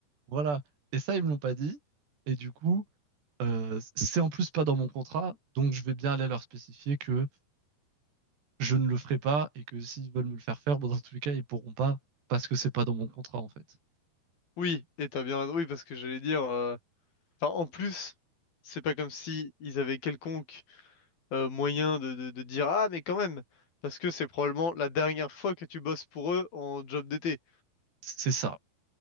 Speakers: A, on the right; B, on the left.
A: Voilà. Et ça, ils me l'ont pas dit. Et du coup, euh, c'est en plus pas dans mon contrat. Donc je vais bien aller leur spécifier que je ne le ferai pas et que s'ils veulent me le faire faire, bon, dans tous les cas, ils pourront pas parce que c'est pas dans mon contrat, en fait.
B: Oui, et t'as bien raison. Oui, parce que j'allais dire. euh, Enfin, en plus, c'est pas comme si ils avaient quelconque euh, moyen de, de, de dire ah mais quand même, parce que c'est probablement la dernière fois que tu bosses pour eux en job d'été.
A: C'est ça,